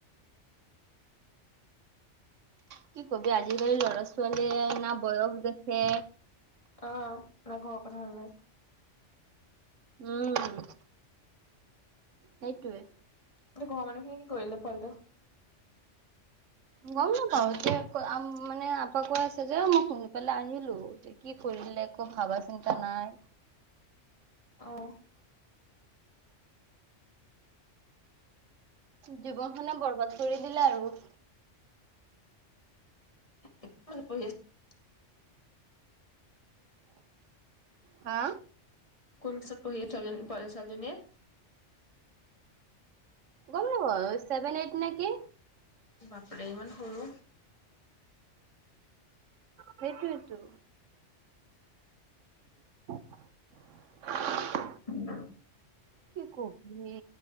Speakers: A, on the right; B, on the left.
A: কি কবি আজিকালি ল'ৰা ছোৱালীয়ে স বয়স। দেখে
B: অ আমাৰ ঘৰৰ কথা ওলাই
A: উম সেইটোৱে।
B: তহতি ঘৰৰ মানুখিনি কি কৰিলে পোৱালীটোক।
A: গম নাপাওঁ এতিয়া মানে আপাক কৈ আছে যে মই শুনি পেলাই আনিলো যে কি কৰি? বেলেগ একো ভাবা চিন্তা নাই।
B: আহ।
A: জীৱনখনে বৰবাদ কৰি দিলে আৰু।
B: <inaudible>
A: হা
B: কোনছত পঢ়িয়া চ ছোৱালী জনীয়ে?
A: গম নাপাও ছেভেন এইট নেকি?
B: বাপৰে ইমান সৰু
A: সেইটোৱেতো <unintelligible>
B: উম
A: কি কবি